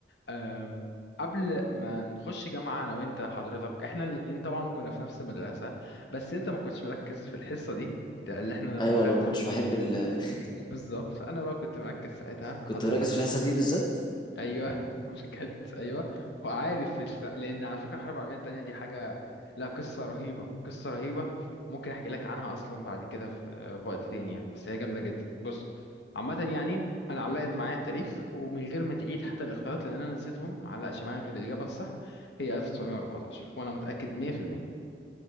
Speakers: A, on the left; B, on the left.
A: أم، قبل ما نخش جامعه انا وانت حضرتك احنا الاتنين طبعا كنا في نفس المدرسه بس انت ما كنتش مركز في الحصه دي بتاع- اللي احنا لما
B: أيوة
A: خدنا
B: أنا ما كنتش بحب ال <laughs>
A: بالظبط انا بقى كنت مركز ساعتها
B: كنت
A: حضرتك
B: مركز في الحصة دي بالذات
A: ايوه <laughs> بجد ايوه وعارف الس... لان على فكره الحرب العالميه التانية دي حاجه لا قصه رهيبه قصه رهيبه ممكن احكي لك عنها اصلا بعد كده في, آه، في وقت تاني يعني بس هي جامده جدا بص عامه يعني انا علقت معايا التاريخ ومن غير ما تعيد حتى الاختيارات لان انا نسيتهم ما علقش معايا غير الاجابه الصح هي 1914 وانا متاكد 100%